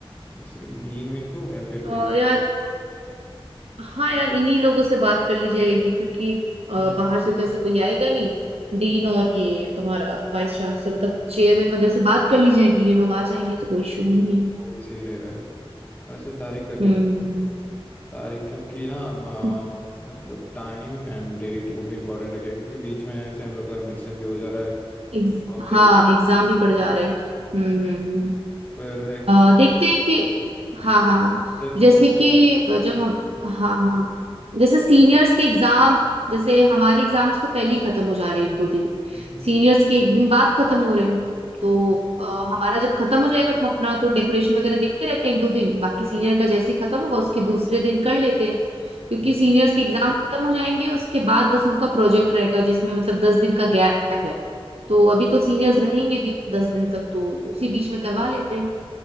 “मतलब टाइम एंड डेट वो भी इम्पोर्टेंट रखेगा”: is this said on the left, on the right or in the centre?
Left